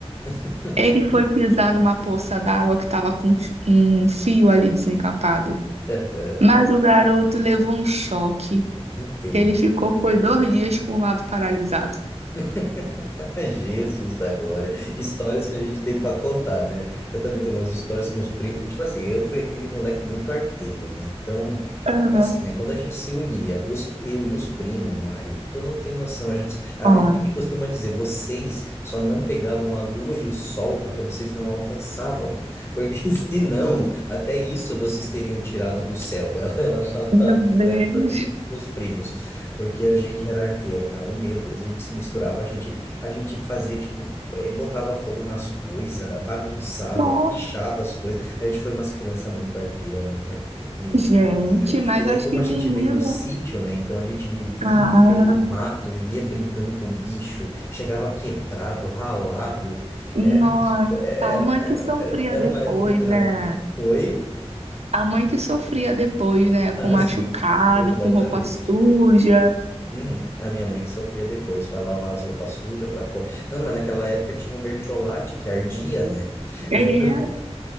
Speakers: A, on the left (about 25°); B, on the right (about 75°).
A: <laughs>
B: Ele foi pisar numa poça d'água que tava com um fio ali desencapado.
A: Aham.
B: Mas o garoto levou um choque.
A: Entendo.
B: que ele ficou foi dois dias com o lado paralisado.
A: <laughs> Jesus da glória. Histórias que a gente tem para contar, né? Eu também tenho umas histórias com os primos. Tipo assim, eu fui aquele moleque muito arteiro, né? Então, tipo
B: Aham.
A: assim, né? Quando a gente se unia, os, eu e os primos, Mari, tu não tem noção. A gente, a
B: Ai,
A: minha mãe que costuma dizer, vocês só não pegavam a lua e o sol porque vocês não alcançavam. Porque <laughs> se não, até isso vocês teriam tirado do céu. Ela, ela <laughs> falava
B: meu Deus.
A: para meus primos. Porque a gente era arteiro, Mari, meu Deus, a gente se misturava, a gente, a gente fazia, tipo, eh, botava fogo nas coisas, bagunçava,
B: Nossa,
A: pichava as coisas. A gente foi umas crianças muito arteira, muito arteira, meu
B: gente,
A: Deus do céu.
B: mas
A: E daí,
B: acho
A: como
B: que
A: a
B: menino.
A: gente vem do sítio, né? Então a gente vivia
B: Ah,
A: no meio do mato, vivia brincando com bicho, chegava quebrado, ralado.
B: nossa,
A: Era uma, era,
B: a mãe
A: era,
B: que sofria
A: era era
B: depois,
A: uma época.
B: né?
A: Oi?
B: A mãe que sofria depois, né? Com
A: Ah,
B: machucado,
A: sim, exatamente.
B: com roupa suja.
A: Uhum. A minha mãe que sofria depois para lavar as roupas sujas, para pôr. Não, mas naquela época tinha o mertiolate que ardia, né?
B: E,
A: Então